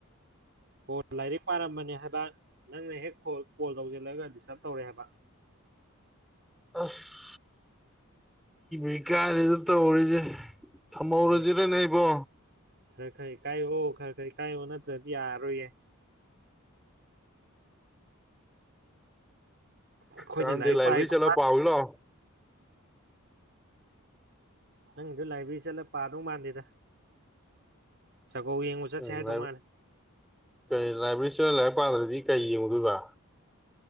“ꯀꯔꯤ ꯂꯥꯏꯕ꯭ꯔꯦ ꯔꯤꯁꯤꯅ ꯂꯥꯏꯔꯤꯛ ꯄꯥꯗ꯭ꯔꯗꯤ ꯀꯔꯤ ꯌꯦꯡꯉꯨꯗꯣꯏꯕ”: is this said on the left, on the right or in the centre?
Centre